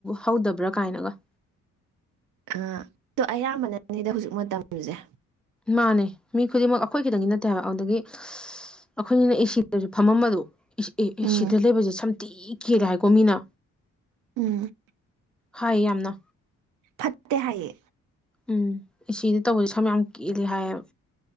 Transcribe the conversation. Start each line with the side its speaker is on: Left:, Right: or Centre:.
Centre: ꯍꯧꯗꯕ꯭ꯔꯥ ꯀꯥꯏꯅꯒ
Right: ꯑꯥ ꯑꯥ ꯑꯌꯥꯝꯕꯅꯅꯤꯗ ꯍꯧꯖꯤꯛ ꯃꯇꯝꯁꯦ
Centre: ꯃꯥꯅꯦ ꯃꯤ ꯈꯨꯗꯤꯡꯃꯛ ꯑꯩꯈꯣꯏ ꯇꯪꯒꯤ ꯅꯠꯇꯦ ꯍꯥꯏꯕ ꯑꯗꯨꯗꯒꯤ ꯑꯩꯈꯣꯏꯅꯤꯅꯦ ꯑꯦ ꯁꯤ ꯗꯁꯨ ꯐꯝꯃꯝꯕꯗꯨ ꯑꯦ
Right: ꯎꯝ
Centre: ꯁꯤꯗ ꯂꯩꯕꯁꯦ ꯁꯝꯊꯤ ꯀꯦꯜꯂꯦ ꯍꯥꯏꯀꯣ ꯃꯤꯅ
Right: ꯎꯝ
Centre: ꯍꯥꯏ ꯌꯥꯝꯅ
Right: ꯐꯠꯇꯦ ꯍꯥꯏꯌꯦ
Centre: ꯎꯝ ꯑꯦ ꯁꯤꯗꯥ ꯇꯧꯕꯁꯦ ꯁꯝ ꯌꯥꯝ ꯀꯤꯜꯂꯤ ꯍꯥꯏꯌꯦꯕ